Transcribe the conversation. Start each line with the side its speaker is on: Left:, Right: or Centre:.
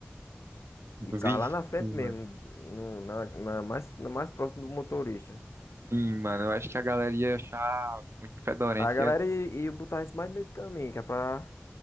Left: E ficava
Right: Vixe,
Left: lá na frente
Right: mano.
Left: mesmo, no, na, na mais, na mais próximo do motorista.
Right: Sim, mano, eu acho que a galera ia achar muito fedorento,
Left: A galera
Right: ia,
Left: ia, ia botar isso mais no meio do caminho, que é pra,